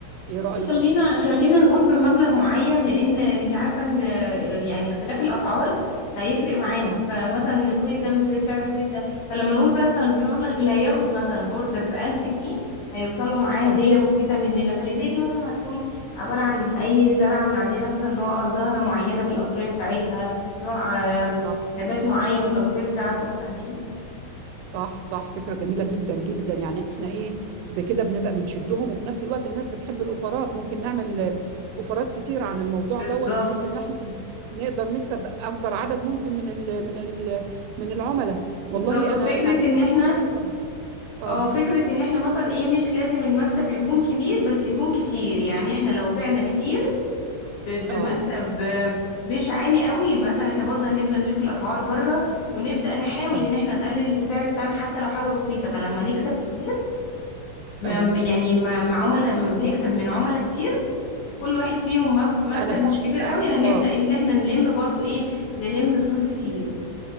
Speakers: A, on the right; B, on the left.
A: ايه
B: بصي
A: رأيك
B: خلينا خلينا نقول بمبلغ معين لان انت عارفه ان يعني اختلاف الاسعار هيفرق معانا
A: اه
B: فمثلا الخيط ده
A: اه
B: مش زي سعر الخيط ده فلما نقول مثلا بمبلغ اللي هياخد مثلا اوردر ب 1000 جنيه هيوصل له معاه هديه
A: آه،
B: بسيطه مننا فالهديه دي مثلا هتكون عباره عن اي زرعه من عندنا مثلا نوع زهره معينه بالقصريه بتاعتها نوع آه،
A: صح
B: نبات معين بالقصريه بتاعته فاهماني
A: صح صح فكرة جميلة جدا جدا يعني احنا ايه بكده بنبقى بنشدهم وفي نفس الوقت الناس بتحب الأوفرات ممكن نعمل آه، أوفرات كتير عن الموضوع
B: بالظبط
A: دوت بحيث ان احنا نقدر نكسب اكبر عدد ممكن من ال من ال من العملاء
B: بالظبط
A: والله
B: وفكرة
A: انا يعني
B: ان
A: شايفة
B: احنا
A: كده اه
B: اه فكرة ان احنا مثلا ايه مش لازم المكسب يكون كبير بس يكون كتير يعني احنا لو بعنا كتير ب- بمكسب
A: اه
B: آه، مش عالي قوي مثلا احنا برضه هنبدأ نشوف الاسعار بره ونبدأ نحاول
A: اه
B: ان احنا نقلل السعر بتاعنا حتى لو حاجة بسيطة فلما نكسب كتير ما-
A: اه
B: يعني مع مع عملاء نكسب من عملاء كتير وكل واحد فيهم مك- مكسب
A: انا فعلا
B: مش كبير قوي
A: اه
B: هنبدأ
A: آه.
B: ان احنا نلم برضه ايه نلم فلوس كتير